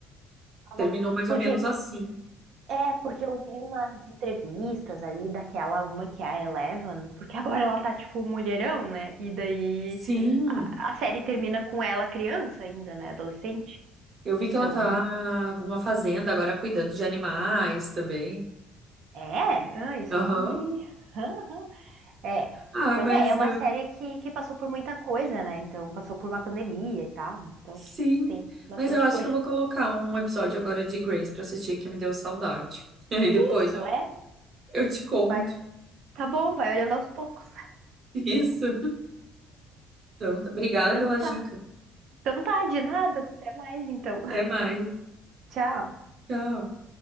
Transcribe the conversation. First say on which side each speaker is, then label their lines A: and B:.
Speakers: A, on the right; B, on the right.
A: ela
B: terminou
A: volta.
B: mais
A: Porque
B: ou menos assim.
A: É, porque eu vi umas entrevistas ali daquela uma que é a Eleven, porque <laughs> agora ela tá tipo mulherão, né? E daí
B: Sim.
A: a, a série termina com ela criança ainda, né? Adolescente.
B: Eu vi que ela
A: Então,
B: tá numa fazenda agora cuidando de animais também.
A: é, ah, isso
B: Aham.
A: eu não vi. <laughs> Aham. É,
B: Ah,
A: pois
B: mas
A: é, é uma
B: eu-
A: série que, que passou por muita coisa, né? Então, passou por uma pandemia e tal, né? Então,
B: sim.
A: tem bastante
B: Mas eu acho
A: coisa.
B: que eu vou colocar um episódio agora de Grace pra assistir que me deu saudade. <laughs> E aí depois
A: Isso,
B: eu,
A: é.
B: eu te conto.
A: Vai, tá bom, vai olhando aos poucos.
B: <laughs> Isso. Então, tá. obrigada
A: Então
B: pela
A: tá.
B: dica.
A: Então tá, de nada. Até mais então.
B: Até mais.
A: <laughs> Tchau.
B: Tchau.